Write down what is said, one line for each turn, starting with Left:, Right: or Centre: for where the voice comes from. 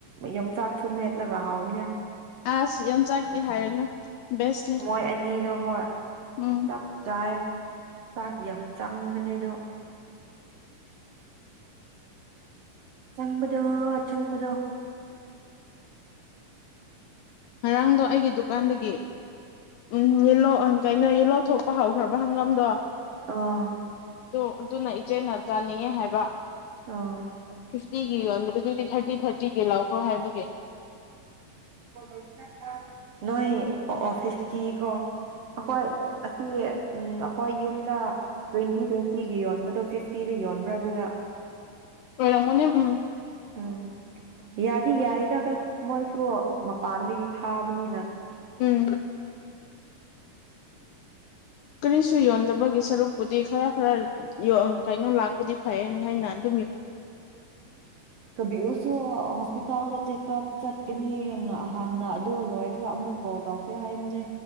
Right: ꯌꯣꯡꯆꯥꯛꯁꯨ ꯃꯦꯠ ꯂꯒ ꯍꯥꯑꯣꯕꯥꯅꯦ
Left: ꯑꯁ ꯌꯥꯝ ꯆꯥꯛꯇꯦ ꯍꯥꯏꯔꯅꯨ ꯕꯦꯁꯅꯤ
Right: ꯃꯣꯏ ꯑꯅꯤꯗꯣ ꯍꯣꯏ
Left: ꯎꯝ
Right: ꯆꯞ ꯆꯥꯏ ꯆꯥꯛ ꯌꯥꯝ ꯆꯥꯡꯕꯅꯦ ꯑꯗꯣ ꯆꯪꯕꯗꯣ ꯆꯪꯕꯗꯣ
Left: ꯉꯔꯥꯡꯗꯣ ꯑꯩꯒꯤ ꯗꯨꯀꯥꯟꯗꯒꯤ ꯎꯝ ꯌꯦꯂꯣ ꯀꯩꯅꯣ ꯌꯦꯂꯣ ꯊꯣꯛꯄ ꯍꯧꯈ꯭ꯔꯕ ꯍꯪꯒꯥꯝꯗꯣ
Right: ꯑꯥ
Left: ꯑꯗꯨ ꯑꯗꯨꯅ ꯏꯆꯦꯅ ꯆꯥꯅꯤꯡꯉꯦ ꯍꯥꯏꯕ
Right: ꯑꯥ
Left: ꯐꯤꯇꯤꯒꯤ ꯑꯗꯨꯗꯤ ꯊꯥꯔꯇꯤ ꯊꯥꯔꯇꯤꯒꯤ ꯂꯥꯛꯑꯣ ꯍꯣꯏ ꯍꯥꯏꯕꯒꯤ
Right: <inaudible> ꯅꯣꯏ ꯑꯣ ꯑꯣ ꯐꯤꯐꯇꯤ ꯀꯣ ꯑꯩꯈꯣꯏ ꯑꯁꯤ ꯎ ꯑꯩꯈꯣꯏ ꯌꯨꯝꯗ ꯇ꯭ꯋꯦꯟꯇꯤ ꯇ꯭ꯋꯦꯟꯇꯤ ꯌꯣꯟꯕꯗꯣ ꯐꯤꯐꯇꯤꯗ ꯌꯣꯟꯕ꯭ꯔꯥ ꯑꯗꯨꯗ
Left: ꯑꯣꯏꯔꯝꯒꯅꯤ ꯎꯝ
Right: ꯎꯝ ꯌꯥꯗꯤ ꯌꯥꯏꯗꯥ ꯃꯣꯏꯁꯨ ꯃꯄꯥꯟꯗꯒꯤ ꯊꯥꯕꯅꯤꯅ
Left: ꯎꯝ ꯀꯔꯤꯁꯨ ꯌꯣꯟꯗꯕꯒꯤ ꯁꯔꯨꯛꯄꯨꯗꯤ ꯈꯔ ꯈꯔ ꯌꯣꯟ ꯀꯥꯏꯅ ꯂꯥꯛꯄꯨꯗꯤ ꯐꯩꯌꯦꯅ ꯍꯥꯏꯅꯅꯤ
Right: ꯀꯕꯤ ꯑꯣꯁꯨꯣ ꯍꯣꯁꯄꯤꯇꯥꯜꯗ ꯆꯦꯛꯑꯞ ꯆꯠꯀꯅꯤ ꯍꯥꯟꯅ ꯑ ꯂꯣꯏꯔꯒ ꯑꯃꯨꯛ ꯀꯣꯜ ꯇꯧꯁꯦ ꯍꯥꯏꯝꯅꯦ